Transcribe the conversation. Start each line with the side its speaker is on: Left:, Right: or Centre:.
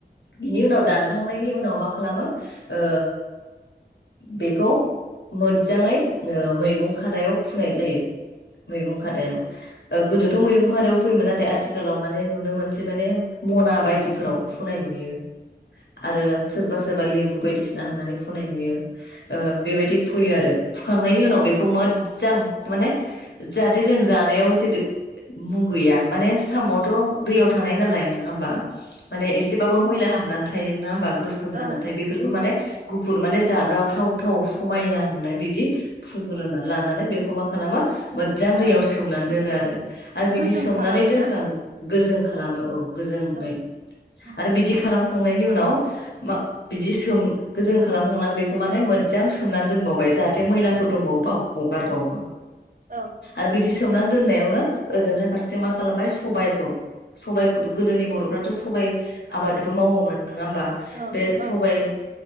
Left: बिनि उनाव दान खांनायनि उनाव मा खालामो ओ बेखौ मोजाङैनो मैगं खानायाव फुनाय जायो। मैगं खादायाव। ओ गोदोथ' मैगं खदायाव फैयोमोन नाथाय आथिखालाव माने नुनो मोनसे माने मना बायदिफोराव फुनाय नुयो। आरो सोरबा सोरबा लेबु बायदिसिना होनानै फुनाय नुयो ओ बेबायदि फुयो आरो फुखांनायनि उनाव बेखौ मोजां माने जाहाथे जों जानायाव जेदो मुगैया माने सामावथ' दैयाव थानाय नालाय नङा होमबा। माने एसेबाबो मैला हाबनानै थायो नाङा होमबा गोसोम जानानै
Right: औ
Left: थायो बे फोरखौ माने गुफुर माने जाजाथाव थाव समायना नुनाय बिदि फुग्रोना लानानै बेखौ मा खालामो मोजां दैयाव
Right: औ
Left: सोमनानै दोनो आरो आरो बिदि
Right: गोजों
Left: सोमनानै
Right: खालामोना
Left: दोनखां गोजों खालामो औ गोजोंयै
Right: औ उम,
Left: आरो बिदि खालामखांनायनि उनाव मा बिदि सोम गोजों खालामखांनानै बेखौ माने मोजां सोमनानै दोनबावबाय जाहाथे मैलाफोर दंबावोबा हगारबावो
Right: औ
Left: आरो बिदि सोमनानै दोननायावनो ओजोंहाय फारसेथिं मा खालामबाय सबायखौ सबाइखौ' गोदोनि बर'फ्राथ' सबाइ आबादबो मावोमोन नङा होमबा
Right: औ
Left: बे सबाया
Right: औ